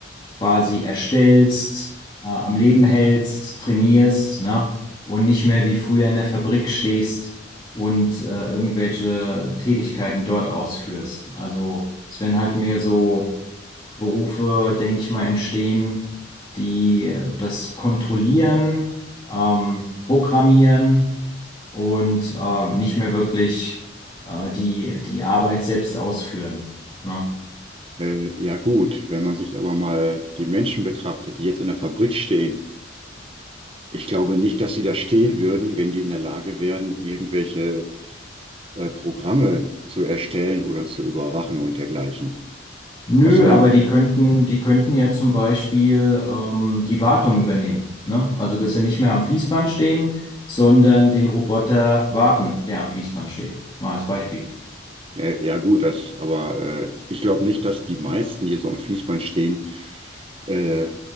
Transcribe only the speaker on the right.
Äh, ja gut, wenn man sich aber mal die Menschen betrachtet, die jetzt in der Fabrik stehen, ich glaube nicht, dass sie da stehen würden, wenn die in der Lage wären, irgendwelche äh, Programme zu erstellen oder zu überwachen und dergleichen.
Was soll
denn?
Äh, ja gut, das, aber äh, ich glaube nicht, dass die meisten, die so am Fließband stehen, äh,